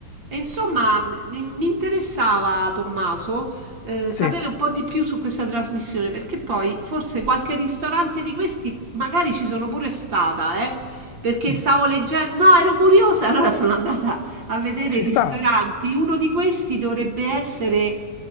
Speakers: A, on the right (about 45°); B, on the left (about 85°).
A: E insomma, mi mi interessava, Tommaso, eh,
B: Sì,
A: sapere un po' di più su questa trasmissione, perché poi forse qualche ristorante di questi magari ci sono pure stata, eh, perché stavo leggendo... No, ero curiosa, <laughs> allora sono andata a vedere
B: ci
A: i ristoranti.
B: sta.
A: Uno di questi dovrebbe essere